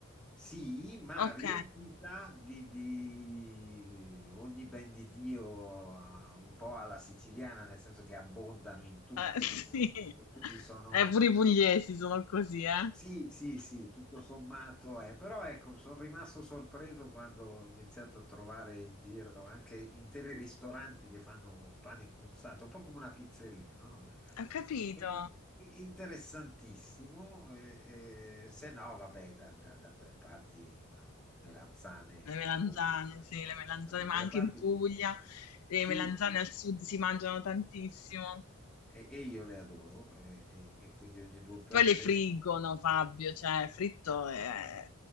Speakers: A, in the centre; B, on the left (about 80°).
A: Sì, ma
B: Ok.
A: riempita di, di ogni ben di Dio, eh, un po' alla siciliana, nel senso che abbondano in tutto
B: Eh, <laughs> sì,
A: e quindi sono
B: eh, pure i pugliesi sono così, eh.
A: sì, sì, sì, tutto sommato è, però ecco, sono rimasto sorpreso quando ho iniziato a trovare in giro anche interi ristoranti che fanno pane cunzato, un po' come una pizzeria, no? Eh,
B: Ho capito.
A: e- e- interessantissimo, eh, eh, se no, vabbè, da, da- da quelle parti, a melanzane
B: Le melanzane,
A: a go
B: sì, le melanzane,
A: da tutte
B: ma anche
A: le parti
B: in Puglia
A: che
B: le
A: sì,
B: melanzane al sud si mangiano tantissimo.
A: e, e io le adoro, eh, e, e quindi ogni due per
B: Poi le
A: tre.
B: friggono, Fabio, cioè fritto è...